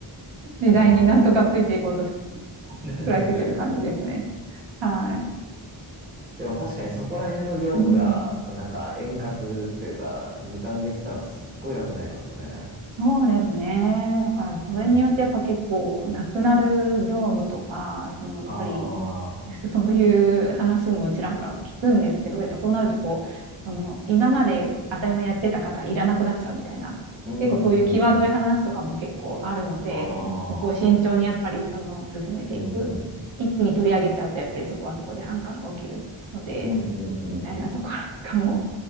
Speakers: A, on the right (about 70°); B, on the right (about 20°).
A: 時代になんとかついていこうとし、
B: そうなんだ。<laughs>
A: 食らいついてる感じですね。はい。
B: でも確かにそこら辺の業務が、
A: うん。
B: なんか円滑っていうか、時短できたらすっごい楽になりますよね。
A: そうですね。だから、それによってやっぱ結構、
B: うん。
A: なくなる業務とか、その、やっぱり、
B: ああ、
A: <laughs> そういう話もちらほら聞くんですけど、やっぱそうなるとこう、あの、今まで当たり前やってた方いらなくなっちゃうみたいな、
B: うん、
A: 結構そういう際どい話とかも結構あるので、
B: うん、うん。ああ、
A: なんかそこを慎重にやっぱりその進めていく。
B: うん、うん。
A: 一気に取り上げちゃうと、やっぱりそこはそこで反感が起きるので、
B: うん、うん、うん、
A: みたいなところなんかも、
B: うん。